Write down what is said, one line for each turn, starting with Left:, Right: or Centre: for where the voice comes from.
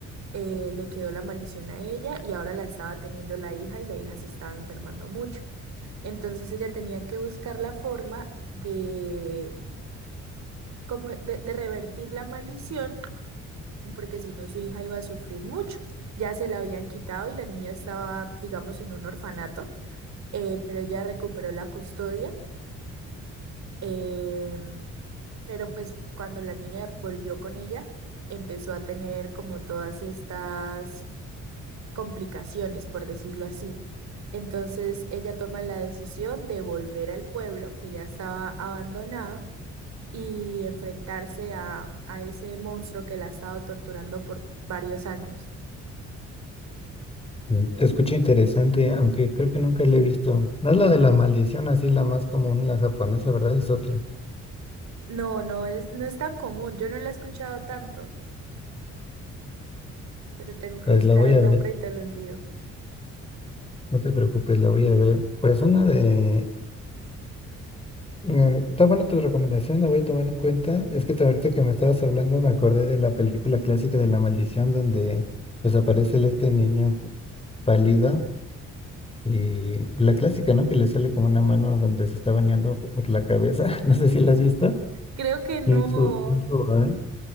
Right: eh, le quedó la maldición a ella y ahora la estaba teniendo la hija y la hija se estaba enfermando mucho. Entonces ella tenía que buscar la forma de como de, de revertir la maldición, porque si no su hija iba a sufrir mucho. Ya se la habían quitado y la niña estaba, digamos, en un orfanato, eh, pero ella recuperó la custodia. em, pero pues cuando la niña volvió con ella, empezó a tener como todas estas complicaciones, por decirlo así. Entonces ella toma la decisión de volver al pueblo que ya estaba abandonado y enfrentarse a, a ese monstruo que la ha estado torturando por varios años.
Left: mm, te escucha interesante, aunque creo que nunca la he visto. No es la de la maldición, así la más común, la japonesa, ¿verdad? Es otra.
Right: No, no es, no es tan común, yo no la he escuchado tanto, pero tengo que
Left: Pues
Right: buscar
Left: la voy
Right: el
Left: a
Right: nombre
Left: ver,
Right: y te lo envío.
Left: no te preocupes, la voy a ver. Pues una de Eh, Está buena tu recomendación, la voy a tomar en cuenta. Es que te- ahorita que me estabas hablando me acordé de la película clásica de La Maldición donde pues aparece el- este niño pálido y la clásica, ¿no? Que le sale como una mano donde se está bañando por la cabeza. <laughs> No sé si la has visto.
Right: Creo que no.
Left: Kung Fu- Kung Fu Panda.